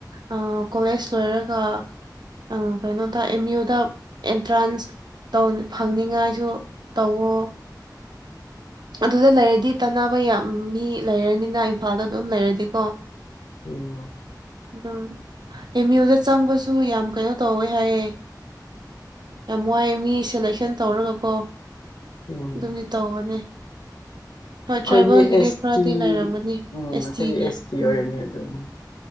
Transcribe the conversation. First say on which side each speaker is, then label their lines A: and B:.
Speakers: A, on the right; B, on the left.
A: ꯑꯥ ꯀꯣꯂꯦꯖ ꯂꯣꯏꯔꯒ ꯑꯥ ꯀꯩꯅꯣꯗ ꯑꯦꯝ ꯌꯨ ꯗꯥ ꯑꯦꯟꯇ꯭ꯔꯥꯟꯁ ꯇꯧꯅ ꯐꯪꯅꯤꯡꯉꯥꯏꯁꯨ ꯇꯧꯋꯣ ꯑꯗꯨꯗ ꯂꯩꯔꯗꯤ ꯇꯅꯕ ꯌꯥꯝ ꯃꯤ ꯂꯩꯔꯅꯤꯅ ꯏꯝꯐꯥꯜꯗ ꯑꯗꯨꯝ ꯂꯩꯔꯗꯤꯀꯣ
B: ꯎꯝ
A: ꯑꯗꯨꯝ ꯑꯦꯝ ꯌꯨ ꯗꯥ ꯆꯪꯕꯁꯨ ꯌꯥꯝ ꯀꯩꯅꯣ ꯇꯧꯋꯦ ꯍꯥꯏꯌꯦ ꯌꯥꯝ ꯋꯥꯏꯑꯦ ꯃꯤ ꯁꯦꯂꯦꯛꯁꯟ ꯇꯧꯔꯒꯀꯣ
B: ꯎꯝ
A: ꯑꯗꯨꯝꯗꯤ ꯇꯧꯕꯅꯦ ꯍꯣꯏ ꯇ꯭ꯔꯥꯏꯕꯦꯜꯒꯤꯗꯤ
B: ꯈꯣꯏꯗꯤ ꯑꯦꯁ
A: ꯈꯔꯗꯤ
B: ꯇꯤ
A: ꯂꯩꯔꯝꯒꯅꯤ
B: ꯎꯝ ꯑꯈꯣꯏꯗꯤ
A: ꯇꯤꯒꯤ
B: ꯑꯦꯁ ꯇꯤ ꯑꯣꯏꯔꯅꯤ
A: ꯎꯝ
B: ꯑꯗꯨꯝ